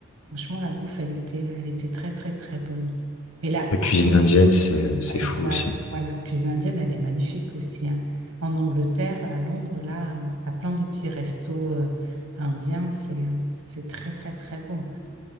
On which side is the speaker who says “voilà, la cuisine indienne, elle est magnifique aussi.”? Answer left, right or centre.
Right